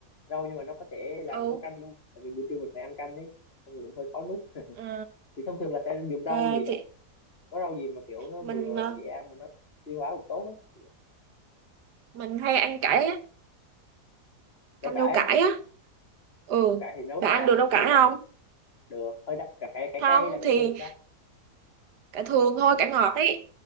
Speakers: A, on the left (about 40°); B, on the right (about 85°).
A: rau nhưng mà nó có thể làm
B: ừ
A: nấu canh luôn tại vì buổi trưa mình phải ăn canh đấy thông thường cũng hơi khó nuốt
B: ừ
A: thì thông thường là sẽ dùng rau
B: ok
A: gì bà
B: thì
A: có rau gì mà kiểu nó
B: mình
A: vừa
B: ờ,
A: dễ ăn mà nó tiêu hóa cũng tốt á
B: mình hay ăn cải á
A: rau
B: canh
A: cải
B: rau cải
A: á
B: á ừ
A: rau cải thì nấu
B: bạn
A: sao
B: ăn
A: ta
B: được rau cải
A: luộc
B: không
A: à được hơi đắt cải cải cải
B: không
A: cay hay là cải
B: thì
A: thường ta
B: cả thường thôi cả ngọt ấy